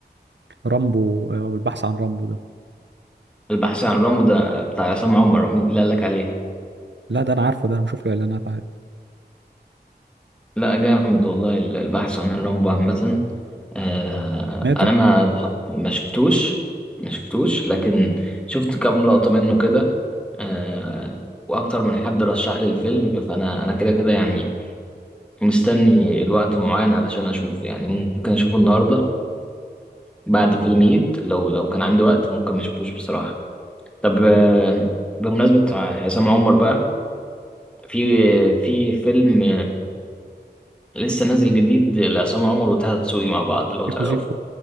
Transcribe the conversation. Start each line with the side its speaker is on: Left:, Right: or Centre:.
Right: رامبو آه، او البحث عن رامبو ده
Centre: البحث عن رامبو ده بتاع عصام عمر مين اللي قال لك عليه
Right: لا ده انا عارفه ده انا بشوف له اعلانات عادي
Centre: لا جامد والله البحث عن رامبو عامة آه
Right: سمعته
Centre: أنا ما ما شفتوش ما شفتوش لكن شفت كام لقطة منه كده آه وأكتر من حد رشح لي الفيلم فأنا أنا كده كده يعني مستني الوقت المعين علشان أشوفه يعني ممكن أشوفه النهاردة بعد فيلم هيت لو لو كان عندي وقت ممكن ما أشوفوش بصراحة طب آه بمناسبة عصام عمر بقى في في فيلم لسه نازل جديد لعصام عمر وطه دسوقي مع بعض لو
Right: سيكو
Centre: تعرفه
Right: سيكو